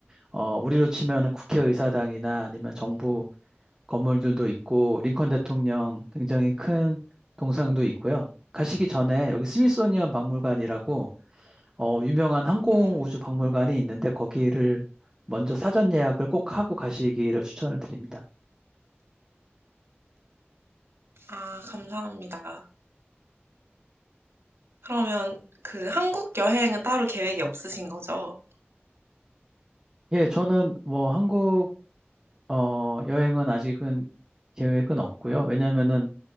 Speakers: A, on the right (about 15°); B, on the right (about 80°).
A: 어, 우리로 치면은 국회의사당이나 아니면 정부 건물들도 있고 링컨 대통령 굉장히 큰 동상도 있고요. 가시기 전에 여기 스미소니언 박물관이라고 어, 유명한 항공우주
B: 어,
A: 박물관이 있는데 거기를 먼저 사전 예약을 꼭 하고 가시기를 추천을 드립니다.
B: 아, 감사합니다. 그러면 그 한국 여행은 따로 계획이 없으신 거죠?
A: 예, 저는 뭐 한국 어 여행은 아직은 계획은 없고요. 왜냐면은